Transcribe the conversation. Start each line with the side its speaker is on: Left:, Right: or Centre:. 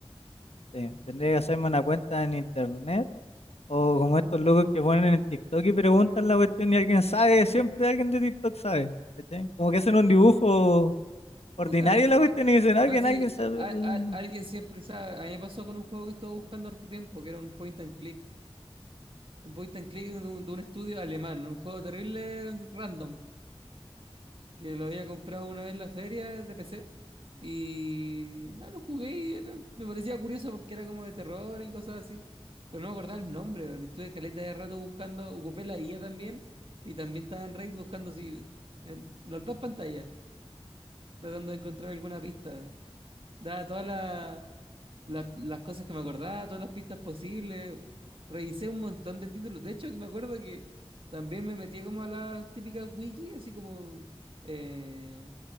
Left: Sí, tendría que hacerme una cuenta en internet o como estos locos que ponen en TikTok y preguntan la cuestión y alguien sabe, siempre alguien de TikTok sabe. ¿cachai? Como que hacen un dibujo Ordinario
Right: <laughs>
Left: la
Right: Sí.
Left: cuestión y dice, no,
Right: No,
Left: que
Right: sí,
Left: nadie se
Right: a-
Left: acuerda".
Right: a- a- alguien siempre sabe. A mí me pasó con un juego que estuve buscando harto tiempo, que era un point and click. un point and click de un, de un estudio alemán, un juego terrible random, que lo había comprado una vez en la feria de PC. Y no, lo jugué y era- me parecía curioso porque era como de terror y cosas así. Pero no me acordaba el nombre, weón. Estuve caleta de rato buscando, ocupé la IA también. Y también estaba en Raid buscando así, en las dos pantallas, tratando de encontrar alguna pista. Daba todas las la- las cosas que me acordaba, todas las pistas posibles. revisé un montón de títulos. De hecho, me acuerdo que también me metía como a las típicas wiki, así como eh,